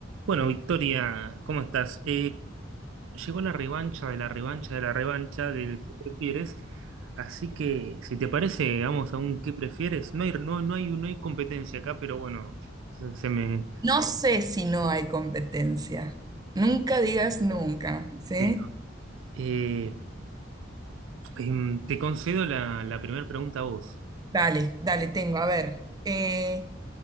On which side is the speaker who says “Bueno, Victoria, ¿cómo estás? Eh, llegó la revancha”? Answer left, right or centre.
Right